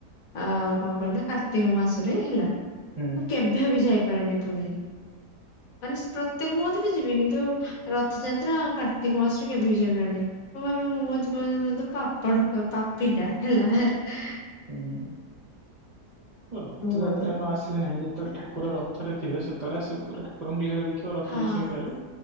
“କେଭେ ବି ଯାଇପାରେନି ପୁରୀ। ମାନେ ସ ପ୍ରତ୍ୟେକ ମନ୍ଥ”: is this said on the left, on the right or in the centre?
Left